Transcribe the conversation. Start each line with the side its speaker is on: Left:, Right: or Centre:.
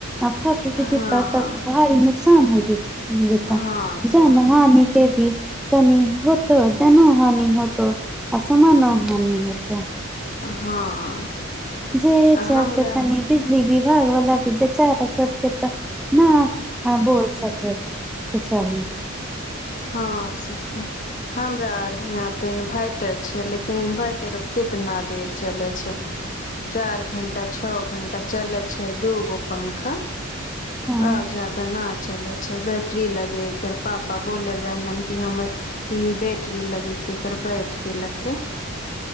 Centre: आ फट उटि
Left: हँ
Centre: जेतह तऽ भारी नुकसान हो जेत जेतह
Left: हँ सखी
Centre: जान हानि के भी तनी होत जानो हानि होत अस मान हानि होत
Left: हँ
Centre: जे
Left: हमरा
Centre: चलते तनी बिजली विभाग वाला भी बेचारा सबके तऽ नहि ह बोल सकै त चाही
Left: हँ सखी हमरा आर यहाँ तऽ इन्भैटर छै लेकिन इन्भैटरो कितना देर चलै छै चारि घण्टा छओ घण्टा चलै छै दू गो पंखा
Centre: हँ
Left: आ जदा न चलै छै बैटरी लगे एकर पापा बोलल रहलनि कि हमर कि बैटरी लगेके एकर बैठ गेलक हे